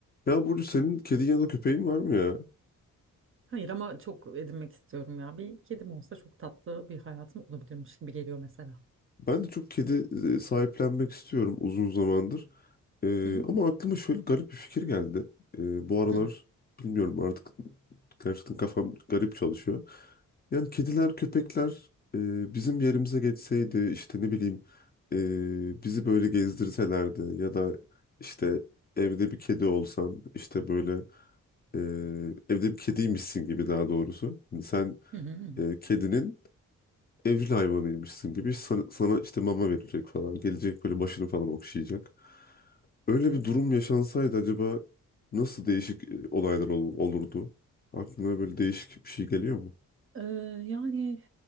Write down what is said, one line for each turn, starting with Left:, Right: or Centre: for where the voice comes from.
Left: Ya burada senin kedin ya da köpeğin var mı ya?
Right: Hayır ama çok edinmek istiyorum ya. Bir kedim olsa çok tatlı bir hayatım olabilirmiş gibi geliyor mesela.
Left: Ben de çok kedi e, sahiplenmek istiyorum uzun zamandır. E,
Right: Hı hı.
Left: ama aklıma şöyle garip bir fikir geldi. E, bu aralar
Right: Hı hı.
Left: bilmiyorum artık gerçekten kafam garip çalışıyor. Yani kediler, köpekler e, bizim yerimize geçseydi işte ne bileyim e, bizi böyle gezdirselerdi ya da işte evde bir kedi olsan işte böyle e, evde bir kediymişsin gibi daha doğrusu. Yani sen
Right: Hı hı. hı hı.
Left: e, kedinin evcil hayvanıymışsın gibi sana, sana işte mama verecek falan. Gelecek böyle başını falan okşayacak. Öyle
Right: Evet.
Left: bir durum yaşansaydı acaba nasıl değişik e, olaylar ol- olurdu? Aklına böyle değişik bir şey geliyor mu?
Right: Ee, yani